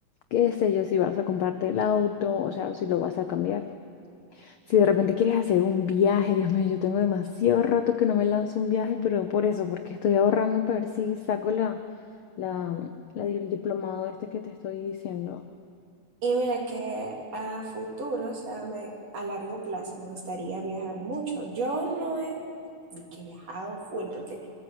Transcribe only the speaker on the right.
Y mira que a futuro, o sea, me, a largo plazo me gustaría viajar mucho. Yo no he de que he viajado full porque